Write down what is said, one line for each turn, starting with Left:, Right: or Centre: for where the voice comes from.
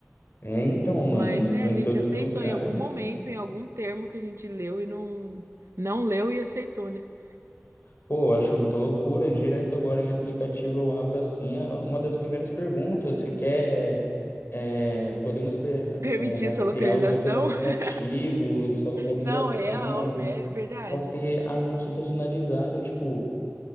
Left: É então, mano,
Right: Mas,
Left: eles
Right: né,
Left: estão
Right: a
Left: em
Right: gente
Left: todos
Right: aceitou
Left: os lugares.
Right: em algum momento, em algum termo que a gente leu e não não leu e aceitou, né? <laughs>
Left: Pô, eu acho muita loucura. Direto agora em aplicativo eu abro assim a- uma das primeiras perguntas. Se quer. é, podemos pre-
Right: Permitir
Left: é, rastrear
Right: sua localização?
Left: os outros aplicativos,
Right: <laughs>
Left: sua localização,
Right: Não, é real, ver- verdade.
Left: pode ter anúncio personalizado, tipo.